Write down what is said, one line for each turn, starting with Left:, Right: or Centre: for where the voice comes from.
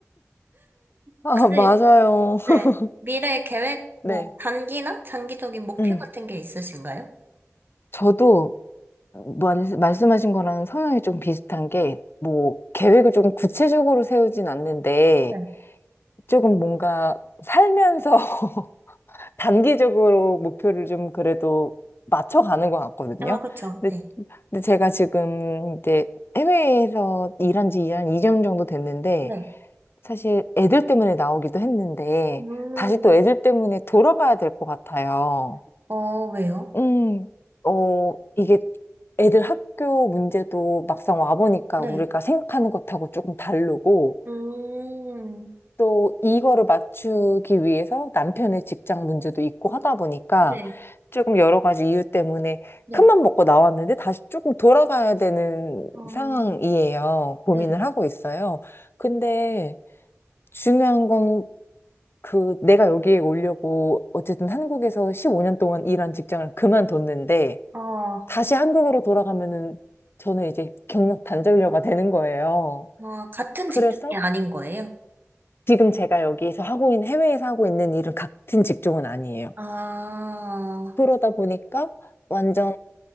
Left: 아,
Right: 혹시,
Left: 맞아요. <laughs>
Right: 네. 미래 계획, 뭐,
Left: 네.
Right: 단기나 장기적인 목표
Left: 음.
Right: 같은 게 있으신가요?
Left: 저도 말- 말씀하신 거랑 성향이 좀 비슷한 게, 뭐, 계획을 좀 구체적으로 세우진 않는데,
Right: 네.
Left: 조금 뭔가 살면서 <laughs> 단기적으로 목표를 좀 그래도 맞춰가는 것 같거든요.
Right: 아, 그쵸.
Left: 근데,
Right: 네.
Left: 근데 제가 지금 이제 해외에서 일한 지 한 2년 정도 됐는데,
Right: 네.
Left: 사실 애들 때문에 나오기도 했는데,
Right: 음.
Left: 다시 또 애들 때문에 돌아봐야 될 것 같아요.
Right: 어, 왜요?
Left: 음, 어, 이게 애들 학교 문제도 막상 와보니까
Right: 네.
Left: 우리가 생각하는 것하고 조금 다르고,
Right: 음.
Left: 또 이거를 맞추기 위해서 남편의 직장 문제도 있고 하다 보니까
Right: 네.
Left: 조금 여러 가지 이유 때문에
Right: 네.
Left: 큰맘 먹고 나왔는데 다시 조금 돌아가야 되는
Right: 어,
Left: 상황이에요. 고민을
Right: 네.
Left: 하고 있어요. 근데 중요한 건 그 내가 여기에 오려고 어쨌든 한국에서 15년 동안 일한 직장을 그만뒀는데
Right: 아
Left: 다시 한국으로 돌아가면은 저는 이제 경력 단절녀가 되는 거예요.
Right: 아 같은
Left: 그래서
Right: 직종이 아닌 거예요?
Left: 지금 제가 여기서 하고 있는, 해외에서 하고 있는 일은 같은 직종은 아니에요.
Right: 아,
Left: 그러다 보니까 완전